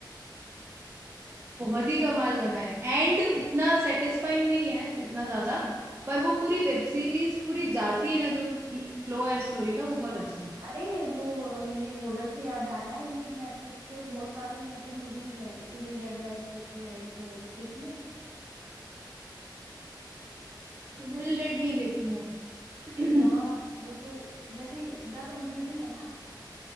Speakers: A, on the right; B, on the right.
A: बहुत ही कमाल बना है एंड इतना सेटिस्फाइंग नहीं है इतना ज्यादा
B: अच्छा
A: पर वो पूरी वेब सीरीज पूरी जाती है ना जो फ्लो है स्टोरी का वो
B: अच्छा
A: बहुत अच्छा है
B: अरे वो अ, ये हॉरर से याद आया ये नेटफ्लिक्स पे बहुत सारी मतलब मूवीज है इविल डेड राइज करके है एक हॉरर देखी है
A: थ्रिल रेड नहीं देखी मैंने
B: यार
A: <clears throat>
B: वो तो जैसे द कंज्यूरिंग है ना